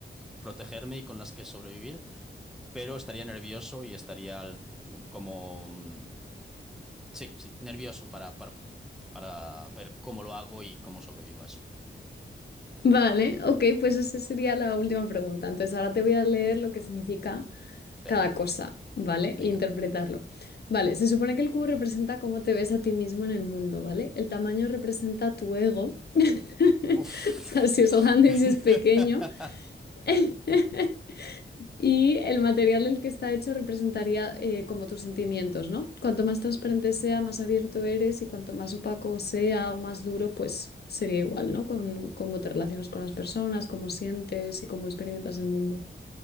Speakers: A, in the centre; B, on the left (about 55°).
A: protegerme y con las que sobrevivir. pero estaría nervioso y estaría al- como... mm, Sí, sí, nervioso para, para, para ver cómo lo hago y cómo sobrevivo a eso.
B: Vale, ok, pues esa sería la última pregunta. Entonces ahora te voy a leer lo que significa
A: Venga,
B: cada cosa, ¿vale?
A: venga.
B: E interpretarlo. Vale, se supone que el cubo representa cómo te ves a ti mismo en el mundo, ¿vale? El tamaño representa tu ego, <laughs> o
A: buf
B: sea, si es grande
A: <laughs>
B: y si es pequeño. <laughs> Y el material del que está hecho representaría eh, como tus sentimientos, ¿no? Cuanto más transparente sea, más abierto eres y cuanto más opaco sea o más duro, pues sería igual, ¿no? Con
A: Mm,
B: cómo te relacionas con
A: Uf.
B: las personas, cómo sientes y cómo experimentas
A: Ujú.
B: el mundo.